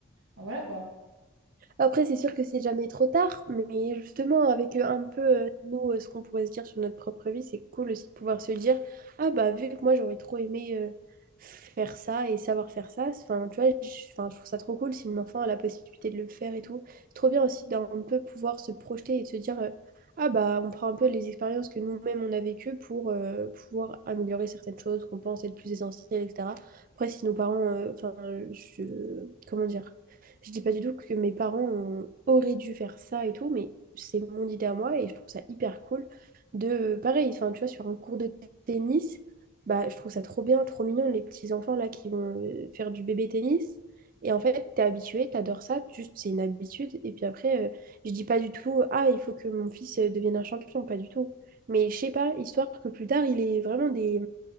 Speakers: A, on the right; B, on the right.
A: enfin, voilà quoi.
B: Après, c'est sûr que c'est jamais trop tard, mais justement, avec euh, un peu, euh, nous, euh, ce qu'on pourrait se dire sur notre propre vie, c'est cool aussi de pouvoir se dire, ah bah, vu que moi, j'aurais trop aimé euh, faire ça et savoir faire ça, enfin, tu vois, je, 'fin, je trouve ça trop cool si mon enfant a la possibilité de le faire et tout. C'est trop bien aussi d'un peu pouvoir se projeter et de se dire, euh, ah bah, on prend un peu les expériences que nous-mêmes, on a vécues pour euh, pouvoir améliorer certaines choses qu'on pense être plus essentielles, etc. Après, si nos parents, euh, enfin, je... comment dire? Je dis pas du tout que mes parents ont- auraient dû faire ça et tout, mais c'est mon idée à moi et je trouve ça hyper cool de, pareil, enfin, tu vois, sur un cours de tennis, bah, je trouve ça trop bien, trop mignon, les petits enfants là qui vont euh, faire du bébé tennis. Et en fait, t'es habitué, t'adores ça, juste c'est une habitude. Et puis après, euh, je dis pas du tout, ah, il faut que mon fils euh, devienne un champion, pas du tout. Mais je sais pas, histoire que plus tard, il ait vraiment des